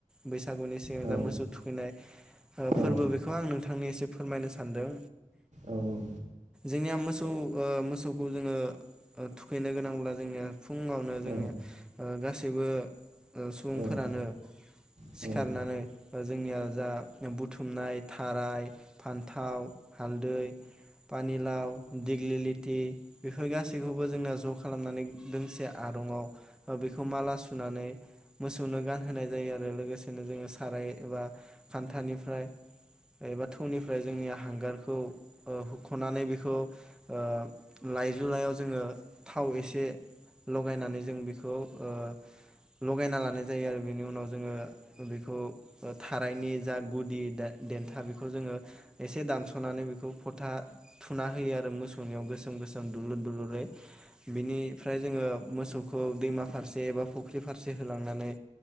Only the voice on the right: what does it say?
औ
औ
औ औ।
औ
औ औ